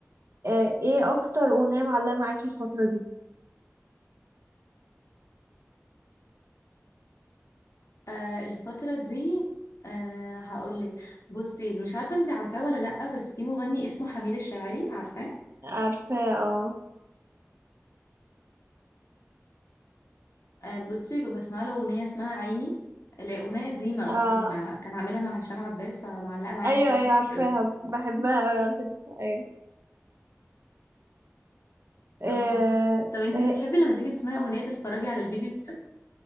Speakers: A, on the right; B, on the left.
A: آه، ايه اكتر اغنية معلقة معاكي الفترة دي
B: آه الفتره دي آه هقولك بصي مش عارفه انت عارفاه ولا لا بس في مغني اسمه حميد الشاعري عارفاه
A: عارفة اه
B: آه بصي بسمع له اغنيه اسمها عيني اللي هي اغنيه قديمه
A: اه
B: اصلا مع كان عاملها مع هشام عباس فمعلقه معايا
A: ايوه
B: الفتره
A: ايوه عارفاها
B: دي أوي.
A: بحبها قوي على فكرة ايوه آه،
B: اه اه طب انت
A: آه،
B: بتحبي لما تيجي تسمعي اغنيه تتفرجي على الفيديو